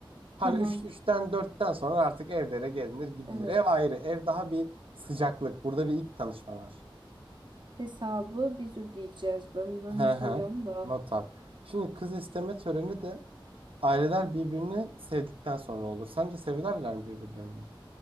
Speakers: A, on the right (about 85°); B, on the right (about 60°).
A: hani
B: tamam.
A: 3 üçten dörtten sonra artık evlere gelinir gidilir
B: Evet.
A: ev ayrı ev daha bir sıcaklık burada bir ilk tanışma var.
B: Hesabı biz ödeyeceğiz. Ben bunları
A: Hı
B: not
A: hı.
B: alıyorum da.
A: Not al. Şimdi kız isteme töreni de Aileler birbirini sevdikten sonra olur. Sence severler mi birbirlerini?